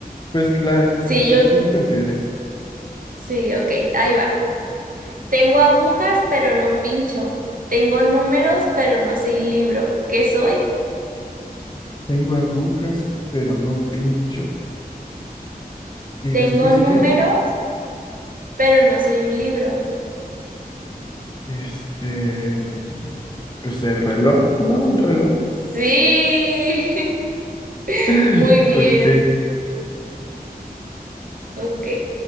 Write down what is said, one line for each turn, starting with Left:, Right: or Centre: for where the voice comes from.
Left: Pues la
Right: sí,
Left: que
Right: yo,
Left: tú consideres.
Right: sí, ok, ahí va. Tengo agujas, pero no pincho. Tengo números, pero no soy libro. ¿Qué soy?
Left: Tengo agujas, pero no pincho. ¿Y
Right: Tengo
Left: después
Right: números,
Left: qué?
Right: pero no soy un libro.
Left: Este, pues el reloj, ¿no? Un reloj.
Right: Sí, <laughs>
Left: <laughs>
Right: muy bien.
Left: Ok,
Right: Ok,